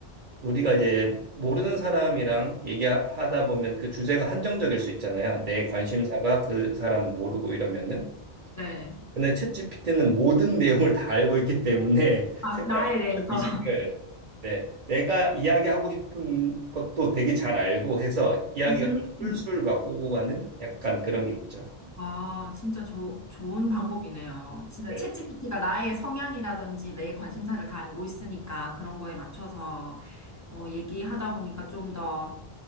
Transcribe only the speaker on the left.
네.
아,
나에 대해서.
<laughs>
음.
와, 진짜 조, 좋은 방법이네요. 진짜
챗GPT가 나의 성향이라든지 내 관심사를 다 알고 있으니까 그런 거에 맞춰서 어, 얘기하다 보니까 좀 더